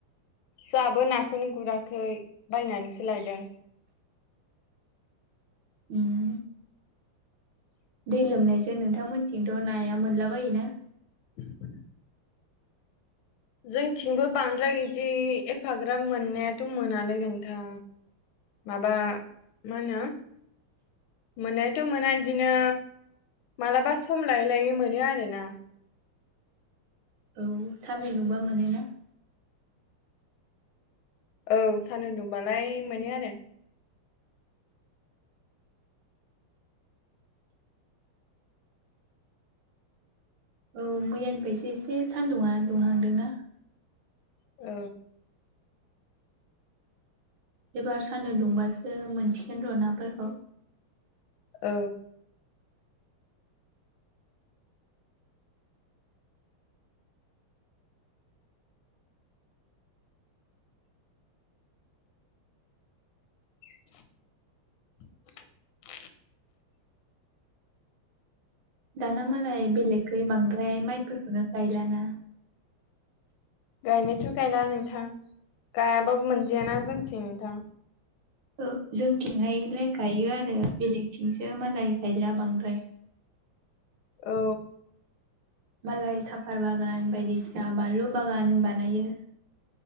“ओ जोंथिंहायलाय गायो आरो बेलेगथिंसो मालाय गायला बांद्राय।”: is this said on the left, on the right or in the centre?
Right